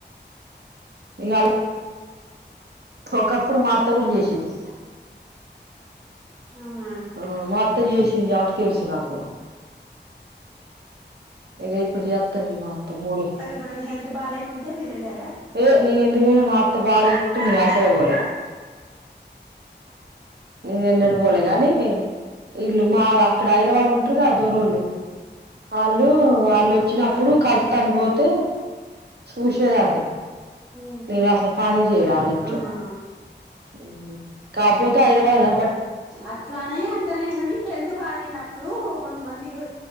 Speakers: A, on the right; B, in the centre.
A: ఇగా ఒకప్పుడు మా అత్త కూడా చేసింది
B: అవునా
A: ఆ మా అత్త చేసింది యటు తెలుసు నాకు ఇగ ఇప్పుడు జేత్తను మా అత్తా మూడే
B: ఎప్పుడన్నా హెల్త్ బాగాలేకుంటే మీరు ఎళ్ళారా
A: ఏ నేను ఎందుకు పొయినా మా అత్తకి బాలేకుంటే అసలే పోలే నేను ఎన్నడూ
B: ఉహు
A: పోలే గాని ఇల్ళు మా అక్కడ హైదరాబాదులా ఉంటారు కదా దోరొళ్ళు అళ్ళు అళ్ళు వచ్చినప్పుడు
B: ఆ
A: కలుతనికి పోతే చూసేదాన్ని
B: ఉమ్
A: నేను అసలు ఫాలో చేయాల అళ్లింట్లో
B: ఆహా
A: ఉమ్మ్ కాపోతే హైదరాబాదులా
B: అట్లానే అంటలేను కానీ హెల్త్ బాలేనప్పుడు కొంచెమందికి